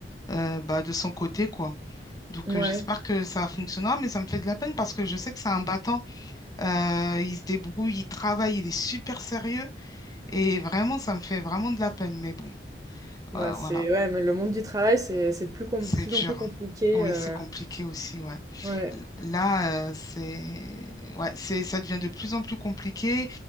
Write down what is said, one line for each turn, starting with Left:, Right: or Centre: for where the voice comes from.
Left: euh, bah, de son côté, quoi. Donc,
Right: Ouais,
Left: euh, j'espère que ça fonctionnera, mais ça me fait de la peine parce que je sais que c'est un battant. Euh, il se débrouille, il travaille, il est super sérieux. Et vraiment, ça me fait vraiment de la peine. Mais bon,
Right: ouais,
Left: euh,
Right: c'est
Left: voilà,
Right: ouais, mais le monde du travail, c'est c'est de plus, com-
Left: c'est
Right: plus
Left: dur.
Right: en plus compliqué.
Left: hein. Oui,
Right: euh,
Left: c'est compliqué aussi, ouais.
Right: Ouais,
Left: L- Là, euh, c'est, ouais, c'est, ça devient de plus en plus compliqué.